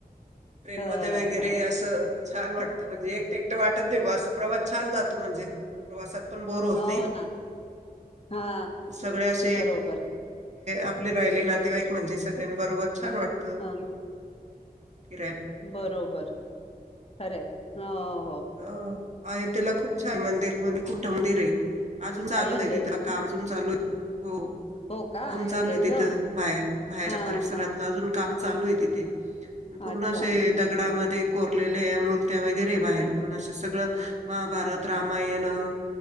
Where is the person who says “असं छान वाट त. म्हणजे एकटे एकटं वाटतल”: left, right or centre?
Right